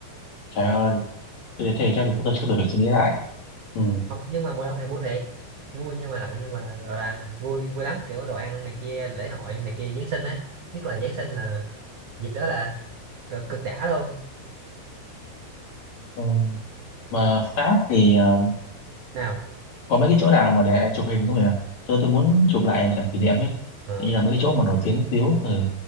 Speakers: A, on the left; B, on the right.
A: Trời ơi, thế thì chắc mình cũng chưa được phải suy nghĩ lại. Ừ.
B: không nhưng mà mùa đông thì vui thiệt vui nhưng mà lạnh nhưng mà gọi là vui vui lắm kiểu đồ ăn này kia lễ hội này kia Giáng sinh ấy nhất là Giáng sinh là dịp đó là cực cực đã luôn
A: ừ. Mà Pháp thì ờ,
B: nào
A: có mấy cái chỗ nào mà để chụp hình không nhỉ? Tôi tôi muốn chụp lại làm kỷ niệm ấy.
B: ờ,
A: Hình Như là mấy cái chỗ mà nổi tiếng xíu. Ừ.